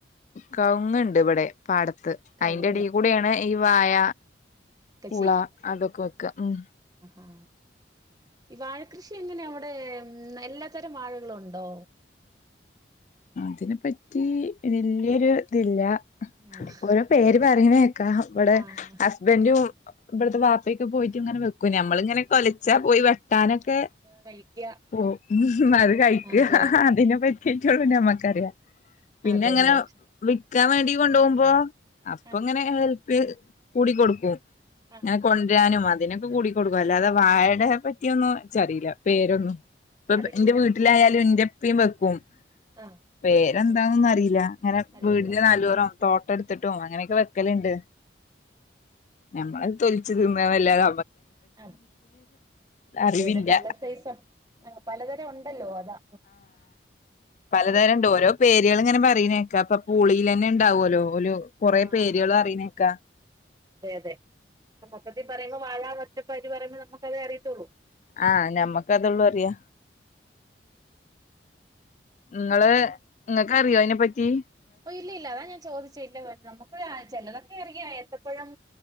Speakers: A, on the left; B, on the right.
A: കവുങ്ങണ്ട് ഇവിടെ പാടത്ത്
B: കവുങ്ങ്
A: അതിന്റെടയിൽ കൂടെയാണ് ഈ വായ
B: ഒക്കെ
A: ഉള അതൊക്കെ വെക്കാ ഉം
B: ആ ഈ വാഴക്കൃഷി എങ്ങനെ അവിടെ എല്ലാ തരം വാഴകളുണ്ടോ
A: അതിനെപ്പ റ്റി വല്യൊരു ഇതില്ലാ
B: ആഹ്
A: ഓരോ പേര് പറയുന്നേ കേക്കാം ഇവിടെ
B: ആഹ്
A: ഹസ്ബൻ്റും ഇവിടത്തെ വാപ്പൊക്കെ പോയിട്ട് ഇങ്ങനെ വെക്കൂ നമ്മളിങ്ങനെ കൊലച്ചാ പോയി വെ ട്ടാനൊക്കെ
B: കഴിക്കുക
A: പോവും അത് കഴിക്കുക
B: അതെ
A: അതിനെ പറ്റി റ്റൊ നമ്മക്കറിയാം പിന്നെ
B: അതെല്ലേ
A: അങ്ങനെ വി ക്കാൻ വേണ്ടീ കൊണ്ടുപോകുമ്പോ അപ്പൊ
B: ആഹ്
A: ഇങ്ങനെ പി കൂടിക്കൊടുക്കും
B: ആഹ്
A: ഇങ്ങനെ കൊണ്ടുവരാനും അതിനും കൂടിക്കൊടുക്കും അല്ലാതെ വായേട പറ്റിന്നും എനിച്ചറിയില്ല പേരൊന്നും ഇപ്പൊ
B: അറിയില്ല
A: എന്റെ വീട്ടിലായാലും എന്റെ പ്പിം വെക്കും
B: ആഹ്
A: പേ എന്താനൊന്നും അറീലാ ങ്ങനെ
B: അറിയില്ല
A: വീടിന്റെ നല്ലൊരാ തോട്ടം ഇട്ത്ത്ട്ടും അങ്ങനെയൊക്കെ വെക്കൽ ഇണ്ട് ഞമ്മൾ അത് തൊലിച്ച് തിന്നാന്ന് അല്ലാതെ
B: ആ
A: അറിവില്ല
B: അതേതെ പല സൈസാ ആ പലതരം ഉണ്ടല്ലോ അതാ
A: പലതരമണ്ട്
B: അതെ
A: ഓരോ പേര പേരിയൾ ഇങ്ങനെ പറിണേ കേക്ക ഇപ്പോ പൂളേലെന്നെ ഉണ്ടാവോല്ലോ. ഒരു കൊറെ
B: ആഹ്
A: പേരുകൾ പറിണേക്ക
B: അതെ അതെ മൊത്തത്തിൽ പറയിമ്പോ വാഴ <unintelligible> പറയുമ്പോ നമ്മക്ക് അതെ അറിയത്തൊള്ളു
A: ആഹ ഞമ്മക് അതെള്ളൂ അറിയാ ഇങ്ങള് ഇങ്ങക്കറിയോ അ യിനെപ്പറ്റി
B: ഓ ഇല്ല ഇല്ല അതാ ഞാൻ ചോദിച്ചെ ഇല്ല നമുക്ക് ആ ചെലത് ഒക്കെ അറിയാം ഇനി ആ ഏത്തപ്പഴം